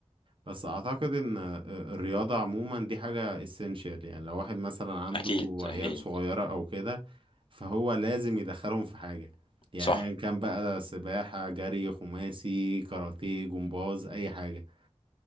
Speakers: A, on the right; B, on the left.
A: بس اعتقد ان آه، الرياضة عموما دي حاجة essential يعني لو واحد مثلا عنده
B: أكيد
A: عيال
B: أكيد
A: صغيرة او كده فهو لازم يدخلهم في حاجة يعني
B: صح
A: ايا كان بقى سباحة جري خماسي كاراتيه جمباز اي حاجة